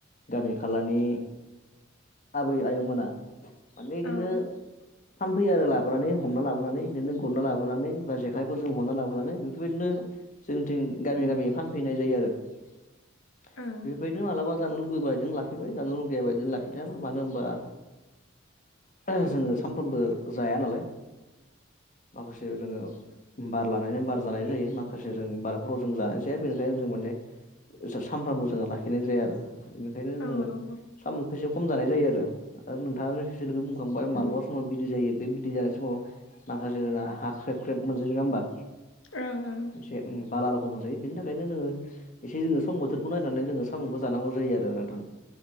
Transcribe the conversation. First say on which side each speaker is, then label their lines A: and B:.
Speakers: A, on the left; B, on the left.
A: गामि खालानि आबै आयंमोना माने इदिनो
B: ओं
A: फानफैयो आरो लाबोनानै हमना लाबोनानै बिदिनो गुरना लाबोनानै बा जेखाइफोरजों हमना लाबोनानै बेफोरबायदिनो जोंथिं गामि गामि फानफैनाय जायो आरो। बेफोरबायदिनो
B: ओं
A: मालाबा जानो लुगैबायदिनो लाखिबाय जानो लुगैया बायदिनो लाखिदों ना मानो होनबा <unintelligible> जोङो सानफ्रोमबो जाया नालाय माखासे जोङो बार लानायनो बार जानाय जायो माखासे जों बारफोराव जों जानाय जाया बेनिखायनो जों माने <unintelligible> सानफ्रामबो जोङो लाखिनाय जाया आरो। बेनिखायनो
B: ओं
A: जोङो साम'खौ एसे खम जानाय जायो आरो आरो नोंथाङा जखौ बुंखांबा माब्लाबा समाव बिदै जायो बे बिदै जानाय समाव माखासे जोंना हा ख्रेब ख्रेब मोनजायो नङा होमबा?
B: ओं ओं।
A: ए उम बाला रखम मोनजायो बेनि थाखायनो जोङो एसे जोङो सम बोथोरखौ नायनानै जोङो साम'खौ जानांगौ जायो आरो नोंथां।